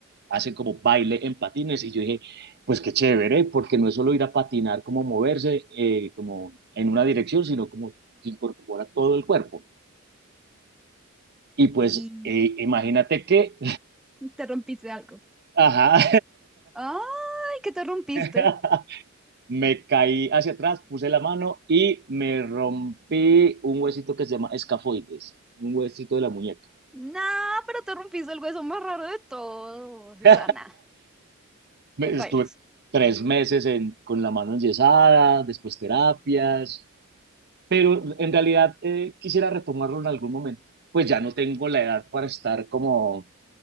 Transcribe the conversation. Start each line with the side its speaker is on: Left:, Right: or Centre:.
Right: hacen como baile en patines. Y yo dije, pues qué chévere, porque no es solo ir a patinar, como moverse eh, como en una dirección, sino como que incorpora todo el cuerpo. Y pues
Centre: Y
Right: eh, imagínate que,
Centre: te rompiste algo.
Right: <laughs> ajá,
Centre: ¡Ay, que te rompiste!
Right: <laughs> me caí hacia atrás, puse la mano y me rompí un huesito que se llama escafoides, un huesito de la muñeca.
Centre: Nah, pero te rompiste el hueso más raro de todo, Susana.
Right: <laughs> Me-
Centre: Qué
Right: Estuve
Centre: pailas.
Right: tres meses en- con la mano enyesada, después terapias, pero en realidad eh, quisiera retomarlo en algún momento. Pues ya no tengo la edad para estar como